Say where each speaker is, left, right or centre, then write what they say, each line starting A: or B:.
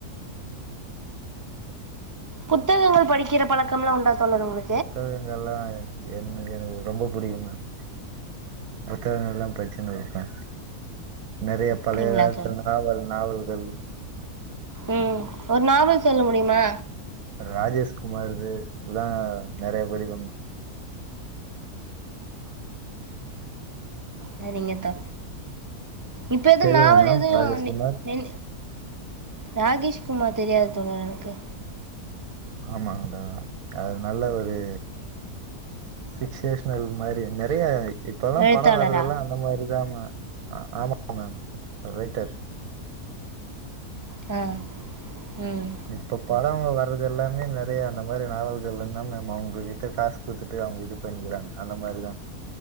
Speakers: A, on the right; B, on the right.
A: புத்தகங்கள் படிக்கிற பழக்கம்லா உண்டா தோழறே உங்ளு
B: புத்தகங்கள்லா என்னு எனுக்கு ரொம்ப புடிக்கும் மேம் புத்தகங்கள்லா பச்சினு இருப்பே நெறய பழய
A: அப்டிங்களா
B: காலத்து
A: தோழி
B: நாவல் நாவல்கள்
A: ம் ஒர் நாவல் சொல்ல முடியுமா
B: ராஜேஷ்குமார்து இதா நெறய படிப்பே ம்
A: சரிங்க தோழ் இப்போ எது
B: தெரியுல்ல
A: நாவல்
B: மேம்
A: எதயு
B: ராஜேஷ்குமார்
A: நி நீன் ராகேஷ்குமார் தெரியாது தோழர் எனக்கு
B: ஆமாங்ளா அது நல்ல ஒரு ஃபிக்சேஷ்னல் மாரி நெறய இப்பல்லா
A: எழுத்தாளரா
B: படோ வருதெல்லா அந்த மாரி தா ம ஆமா மேம் ரைட்டர்
A: ஆ ம்
B: இப்ப படோங்க வர்றது எல்லாமே நெறய அந்த மாரி நாவல்கள் இருந்தா மேம் அவுங்ககிட்ட காசு குடுத்துட்டு அவுங்க இது பண்ணிக்குறாங்க அந்த மாரிதா